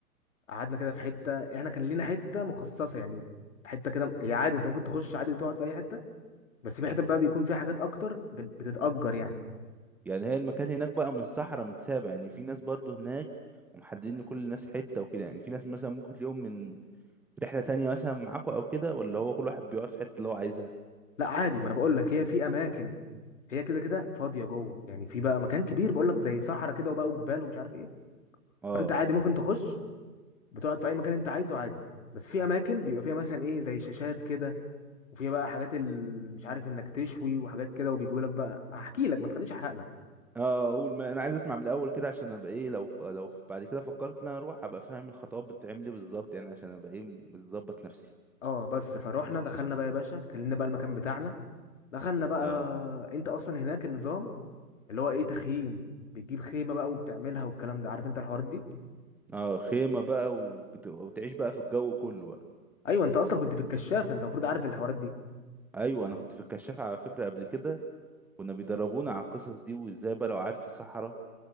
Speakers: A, on the left (about 55°); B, in the centre.
A: قعدنا كده في حته احنا كان لينا حته مخصصه يعني حته كده هي عادي انت ممكن تخش عادي وتقعد في اي حته بس في حته بقى بيكون فيها حاجات اكتر بت- بتتأجر يعني
B: يعني هي المكان هناك بقى من صحراء متسابع يعني في ناس برضو هناك ومحددين لكل الناس حتة وكده يعني في ناس مثلا ممكن تلاقيهم من رحلة تانية مثلا معاكوا أو كده ولا هو كل واحد بيقف في الحتة اللي هو عايزها
A: لا عادي ما انا بقول لك هي في اماكن هي كده كده فاضيه جوه يعني في بقى مكان كبير بقول لك زي صحراء كده وبقى وجبال ومش عارف ايه
B: اه
A: فانت عادي ممكن تخش بتقعد في اي مكان انت عايزه عادي بس في اماكن بيبقى فيها مثلا ايه زي شاشات كده وفيها بقى حاجات ال... مش عارف انك تشوي وحاجات كده وبيجيبوا لك بقى هحكي لك ما تخليش احرق لك
B: اه اقول ما انا عايز اسمع من الاول كده عشان ابقى ايه لو لو بعد كده فكرت ان انا اروح ابقى فاهم الخطوات بتتعمل ايه بالظبط يعني عشان ابقى ايه مظبط نفسي
A: اه بس فروحنا دخلنا بقى يا باشا كلمنا بقى المكان بتاعنا دخلنا بقى
B: اه
A: انت اصلا هناك النظام اللي هو ايه تخييم بتجيب خيمه بقى وبتعملها والكلام ده عارف انت الحوارات دي
B: اه خيمة بقى وت- وتعيش بقى في الجو كله بقى
A: ايوه انت اصلا كنت في الكشاف انت المفروض عارف الحوارات دي
B: ايوه انا كنت في الكشاف على فكرة قبل كده كنا بيدربونا على القصص دي وازاي بقى لو قعدت في الصحراء